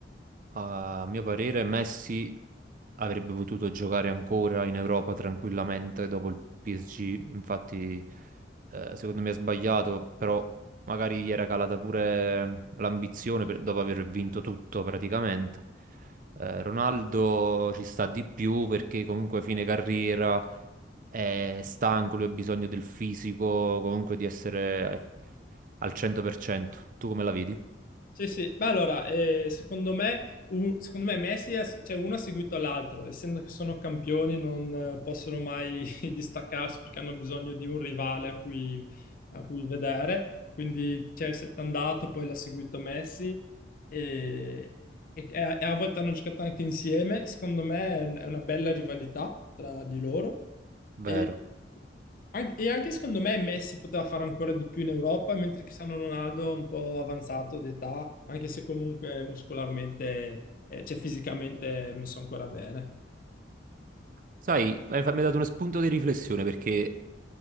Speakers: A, on the right (about 45°); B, on the left (about 50°).
A: A mio parere, Messi avrebbe potuto giocare ancora in Europa tranquillamente dopo il PSG. Infatti, eh, secondo me ha sbagliato, però magari gli era calata pure l'ambizione per- dopo aver vinto tutto praticamente. Eh, Ronaldo ci sta di più perché comunque a fine carriera è stanco, lui ha bisogno del fisico, comunque di essere al 100%. Tu come la vedi?
B: Sì, sì, ma allora, eh, secondo me, u- secondo me Messi, ha- cioè uno ha seguito l'altro, essendo che sono campioni non eh, possono mai <laughs> distaccarsi perché hanno bisogno di un rivale a cui, a cui vedere, quindi Chelsea è andato, poi l'ha seguito Messi e, e- e a e a volte hanno giocato anche insieme, secondo me è un- è una bella rivalità tra di loro.
A: Vero.
B: E, An- e anche secondo me Messi poteva fare ancora di più in Europa, mentre Cristiano Ronaldo è un po' avanzato d'età, anche se comunque muscolarmente, eh, cioè fisicamente è messo ancora bene.
A: Sai, mi hai fa- mi hai dato uno spunto di riflessione perché